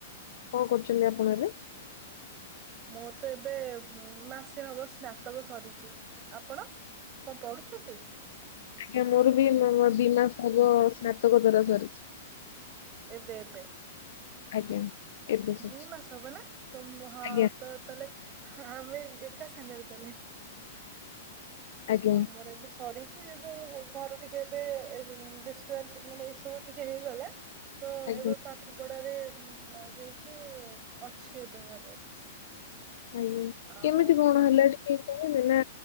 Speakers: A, on the left; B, on the right.
A: କଣ କରୁଛନ୍ତି ଆପଣ ଏବେ?
B: ମୋର ତ ଏବେ ମାସେ ହବ ସ୍ନାତକ ସରିଛି। ଆପଣ କଣ ପଢୁଛନ୍ତି?
A: ମୋ ମୋର ବି <unintelligible> ସ୍ନାତକ ଦ୍ଵାରା ସରିଛି।
B: ଏବେ ଏବେ।
A: ଆଜ୍ଞା। ଏବେ ସରିଛି
B: ଦି ମାସ ହବ ନା ତ ମ୍ ହଁ
A: ଆଜ୍ଞା
B: ତ ତାହେଲେ ହ ଆମେ ଏକା ସାଙ୍ଗେରେ ତାହେଲେ।
A: ଆଜ୍ଞା
B: ହଁ ମୋର ଏବେ ସରି ଛି ଯୋଉ ଘରେ ଟିକେ ଏବେ ମ୍ ଡିଷ୍ଟରବାନ୍ସ ମାନେ ଏସବୁ ଟିକେ ହେଇଗଲା। ତ
A: ଆଜ୍ଞା।
B: ଏବେ ପାଠ ପଢାରେ ନ ଯାଇକି ଅଛି ଏବେ ଘରେ।
A: ହୁଁ
B: ଆଉ
A: କେମିତି କଣ
B: ହଁ
A: ହେଲା ଟିକେ କହିବେ ନା